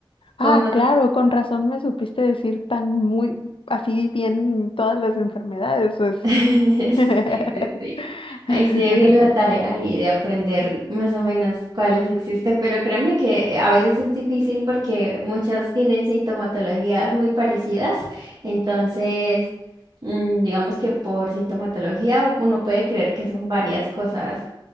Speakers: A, on the right; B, on the left.
A: como
B: Ah, claro, con razón me supiste decir tan muy, así bien todas las enfermedades, pues.
A: <laughs>
B: <laughs>
A: sí, sí, sí. ahí se ve bien la tarea y de aprender más o menos cuáles existen, pero créeme que eh, a veces es difícil porque muchas tienen sintomatologías muy parecidas, entonces mm, digamos que por sintomatología uno puede creer que son varias cosas.